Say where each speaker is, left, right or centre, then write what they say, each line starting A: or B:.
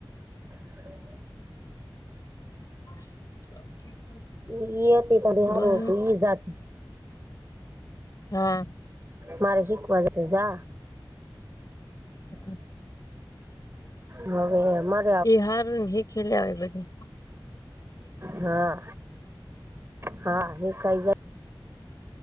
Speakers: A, on the right; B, on the left.
A: હમ્મ.
B: <inaudible>
A: એ હતી ત્યારે હારુ
B: બોલ
A: હતું ઈ જાતી
B: હા.
A: મારે શીખવા જાઉં છે જા
B: હા.
A: હવે એમાં
B: એ હાર હે ખેલ્યા આવે બધી
A: હા હા એ કઈ જાય